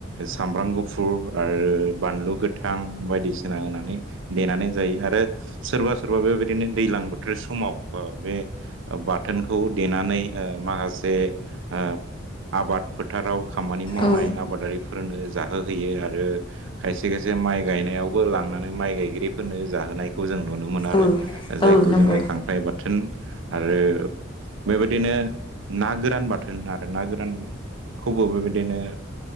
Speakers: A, on the right; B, on the left.
A: सामब्राम गुफुर आरो बानलु गोथां बायदिसिना होनानै देनानै जायो आरो सोरबा सोरबा बे बेबायदिनो दैज्लां बोथोर समाव बे बाथोनखौ देनानै माखासे ओ आबाद फोथाराव खामानि मावनाय
B: औ
A: आबादारिफोरनो जाहो होयो आरो आरो खायसे खायसे माइ गायनायावबो लांनानै माइ गायगिरिफोरनो जाहोनायखौ जों नुनो मोनो आरो
B: औ
A: जायखौ
B: औ नंगौ
A: जोङो खांख्राइ बाथोन आरो बेबायदिनो ना गोरान बाथोन आरो ना गोरान खौबो बेबायदिनो